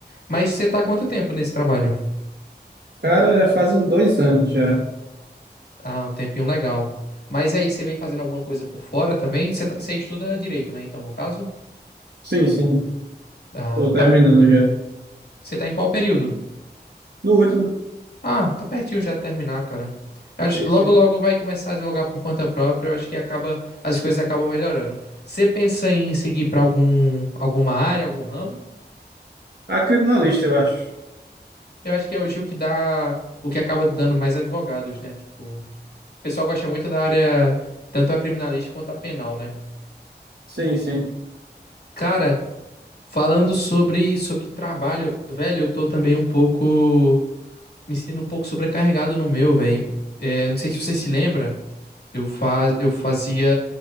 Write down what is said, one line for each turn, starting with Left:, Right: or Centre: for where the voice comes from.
Left: Mas você tá há quanto tempo nesse trabalho?
Right: Cara, já fazem dois anos já.
Left: Ah, um tempinho legal. Mas aí você vem fazendo alguma coisa por fora também? Você, tá- você estuda direito, né? Então, no caso,
Right: Sim, sim.
Left: ah,
Right: Tô terminando
Left: tá.
Right: já.
Left: Você tá em qual período?
Right: No último.
Left: Ah, tá pertinho já de terminar, cara. Eu
Right: Sim,
Left: acho, logo,
Right: sim.
Left: logo vai começar a advogar por conta própria. Eu acho que acaba, as coisas acabam melhorando. Você pensa em seguir pra algum, alguma área, algum ramo?
Right: A criminalista, eu acho.
Left: Eu acho que é hoje o que dá, o que acaba dando mais advogados, né? Tipo, o pessoal gosta muito da área, tanto a criminalística quanto a penal, né?
Right: Sim, sim.
Left: Cara, falando sobre, sobre trabalho, velho, eu tô também um pouco. me sinto um pouco sobrecarregado no meu, velho. É, não sei se você se lembra, eu, faz, eu fazia